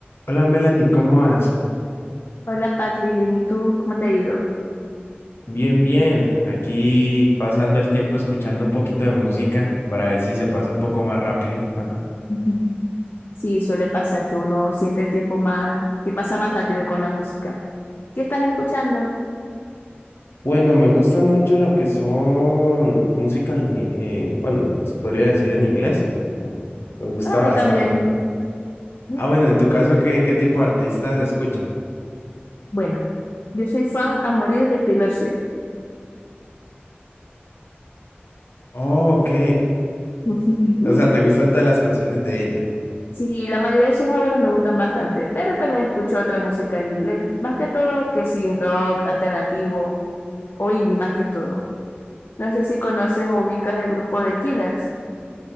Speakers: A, on the left; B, on the left.
A: Hola Melanie, ¿cómo vas?
B: Hola Patri, bien, ¿y tú cómo te ha ido?
A: Bien, bien. Aquí pasando el tiempo escuchando un poquito de música para ver si se pasa un poco más rápido. <laughs>
B: Ujú. Sí, suele pasar que uno siente el tiempo más, que pasa más rápido con la música. ¿Qué estás escuchando?
A: Bueno, me gusta mucho lo que son músicas, en, in- eh, bueno, se podría decir en inglés. <laughs> Me gusta
B: Ah, a mí
A: bastante.
B: también. Mm.
A: Ah, bueno, en tu caso, ¿qué, qué tipo de artistas escuchas?
B: Bueno, yo soy fan a morir de Taylor Swift.
A: Oh, ok. <laughs>
B: <laughs>
A: O sea, ¿te gustan todas las canciones de ella?
B: Sí, la mayoría de sus álbumes me gustan bastante, pero también escucho otra música en inglés, más que todo que sí, rock, alternativo o indie más que todo. No sé si conoces o ubicas el grupo de Killers.